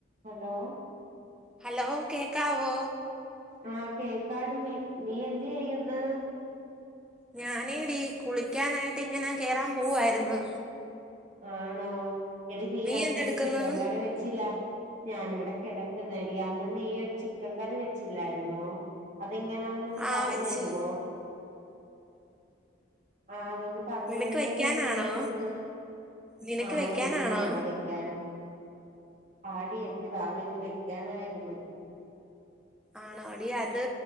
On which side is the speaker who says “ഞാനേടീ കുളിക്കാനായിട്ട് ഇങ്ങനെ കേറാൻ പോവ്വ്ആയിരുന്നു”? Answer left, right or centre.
Centre